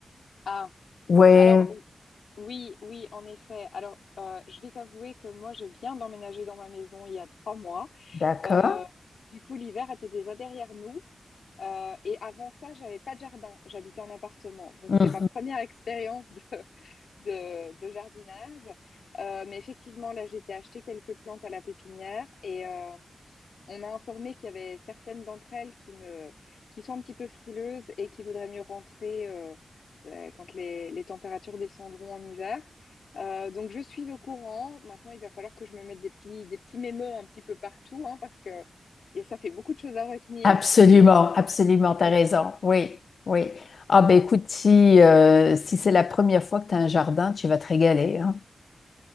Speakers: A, on the left; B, on the left.
A: Ah,
B: Ouais,
A: alors ou- oui, oui, en effet. Alors, euh, je vais t'avouer que moi, je viens d'emménager dans ma maison il y a trois mois.
B: d'accord.
A: Euh, du coup, l'hiver était déjà derrière nous. Euh, et avant ça, j'avais pas de jardin. J'habitais en appartement. Donc,
B: Mmh.
A: c'est ma première expérience de, <laughs> de, de jardinage. Euh, mais effectivement, là, j'ai été acheter quelques plantes à la pépinière. Et, euh, on m'a informé qu'il y avait certaines d'entre elles qui ne, qui sont un petit peu frileuses et qui voudraient mieux rentrer euh, euh, quand les, les températures descendront en hiver. Euh, donc je suis au courant. Maintenant, il va falloir que je me mette des petits, des petits mémos un petit peu partout, hein, parce que et ça fait beaucoup de choses à retenir.
B: Absolument, absolument,
A: <laughs>
B: t'as raison. Oui, oui. Ah
A: Ouais.
B: ben écoute, si, euh, si c'est la première fois que tu as un jardin, tu vas te régaler, hein.